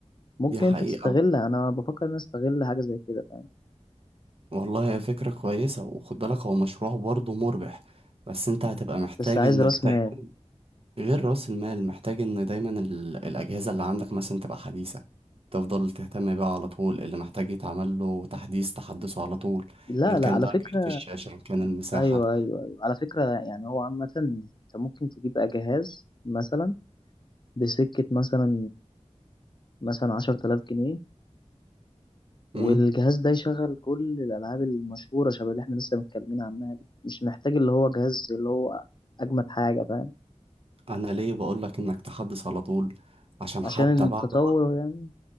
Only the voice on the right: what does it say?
دي حقيقة
والله هي فكرة كويسة وخد بالك هو مشروع برضه مربح بس انت هتبقى محتاج
انك
دايما
غير رأس المال محتاج ان دايما ال- الأجهزة اللي عندك مثلا تبقى حديثة تفضل تهتم بيها على طول اللي محتاج يتعمل له تحديث تحدثه على طول
ان كان
بقى
كارت الشاشة ان كان المساحة
امم
انا ليه بقول لك انك تحدث على طول عشان حتى
بعد
وقت